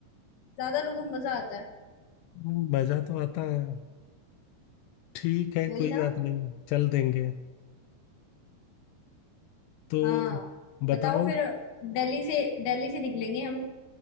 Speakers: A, on the left; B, on the left.
A: ज्यादा लोगों में मजा आता है
B: हम्म, मजा तो आता है ठीक है
A: वही
B: कोई
A: ना
B: बात नहीं चल देंगे तो
A: हाँ
B: बताओ
A: बताओ फिर दिल्ली से दिल्ली से निकलेंगे हम